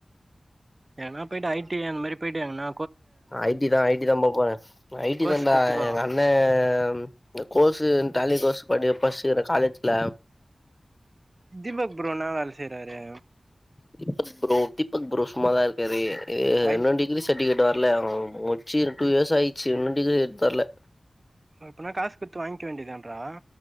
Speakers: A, on the right (about 40°); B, on the left (about 20°).
A: எங்கணா போயிட்டு ஐ டி அந்த மாறி போயிட்டு எங்கண்ணா
B: ஐ டி தான் ஐ டி தான் போப்போறேன் ஐ. டி
A: கோர்ஸ்
B: தான்டான்டா
A: கத்துக்கோ
B: எங்க அண் என்ன இந்த, கோர்ஸ் டாலி கோர்ஸ படி படிக்கிறே காலேஜ்ல
A: தீபக் ப்ரோ என்ன வேல செய்றாரு
B: தீபக் ப்ரோ தீபக் ப்ரோ சும்மாதா இருக்காரு
A: ஐ
B: என்ன டீடைல்ஸ் சர்டிபிகேட் வரல முச்சு டூ இயர்ஸ் ஆயிச்சு இன்னும் டிகிரி எடுத்து தரல
A: அப்பனா காசு குடுத்து வாங்கிக்க வேண்டியதுதானடா